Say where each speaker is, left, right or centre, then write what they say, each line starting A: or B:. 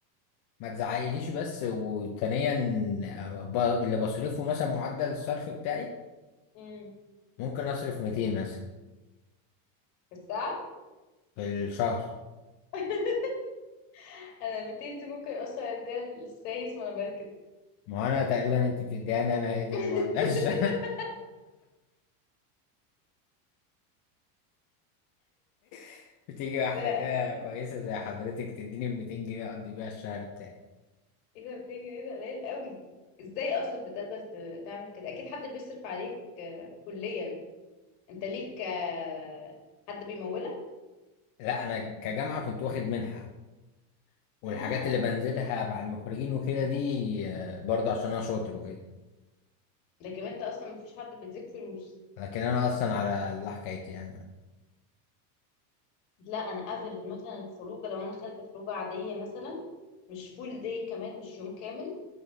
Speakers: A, on the left; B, on the left.
A: ما تزعقليش بس وثانيا آه، ب- اللي بصرفه مثلا معدل الصرف بتاعي
B: امم
A: ممكن اصرف 200 مثلا
B: في الساعه
A: في الشهر
B: <laughs> انا 200 دي ممكن اصلا اديها للسايس وانا بركب
A: ما هو انا تقريبا انت بتديهاني انا هي دي
B: <laughs>
A: اللي بعدهاش <laughs> بتيجي واحده
B: لا
A: كده
B: ايه
A: كويسه زي حضرتك تديني 200 جنيه اقضي بيها الشهر بتاعي
B: ده 200 جنيه ده قليل قوي ازاي اصلا بتقدر ت- تعمل كده اكيد حد بيصرف عليك آه، كليا انت ليك آه، حد بيمولك
A: لا انا كجامعه كنت واخد منحه والحاجات
B: اه
A: اللي بنزلها مع المخرجين وكده دي آه، برضه عشان انا شاطر وكده
B: لكن انت اصلا مفيش حد بيديك فلوس
A: لكن انا اصلا على الله حكايتي يعني
B: لا انا افرض مثلا الخروجه لو انا خارجه خروجه عاديه مثلا مش فول داي كمان مش يوم كامل